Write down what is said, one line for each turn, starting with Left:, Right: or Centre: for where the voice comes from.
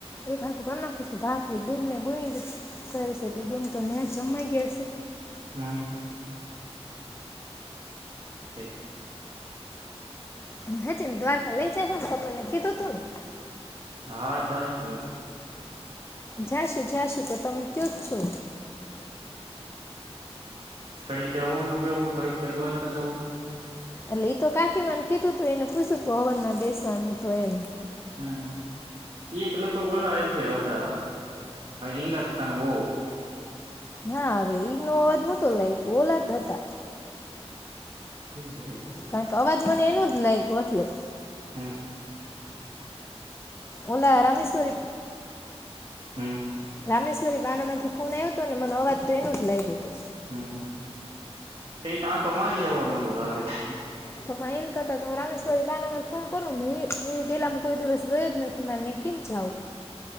Left: એકાટું કર ના. ું ભાગરી બેનને ગોણી કરશે બેન તો ન્યા જમાઈ ગયા હ છે.
Right: હું કે.
Left: અહ જ ને દ્વારકા લઇ જશમ ત મને કીધું તું ને.
Right: હા જાયશું
Left: જશું જશું તો તમે કયો જ છો
Right: કડી કે હવન માં બેવું કડી કે દ્વારકા જું
Left: એટલે તો કાકીીવાન કીધું તું એને પૂછ્યું હતું હવરના દસવાનું તો એમ
Right: હમ એ લોકો ગોલા આવે છે આવડા ઇન્ડાસ્તાન હો
Left: ના હવે એ ન અવાજ નતો લ ઓલાદ હતા
Right: હમ હો
Left: કારણ કે અવાજ મને એનો જ લાગ કટલે
Right: હું
Left: ઓ લરામશ્વરી
Right: હું
Left: રામેશ્વરી બાનામાંથી ફોન આવ્યો હતો ને મને અવાજ તો એનો જ લાગ્યો હતો
Right: હમ, એ ત તો મારી આવને એવું લાગે છે
Left: તો પણ એન કરતા તો રામેશ્વરી બાનામાં ફોન કરુ હું ટેેલામ કોઈ દિવસ ગયો જ નથી મ કેમ જા આવું